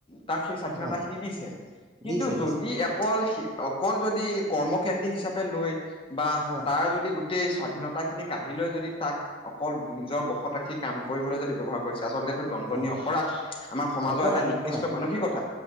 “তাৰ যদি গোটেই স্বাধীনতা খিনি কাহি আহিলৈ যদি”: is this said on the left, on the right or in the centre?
Left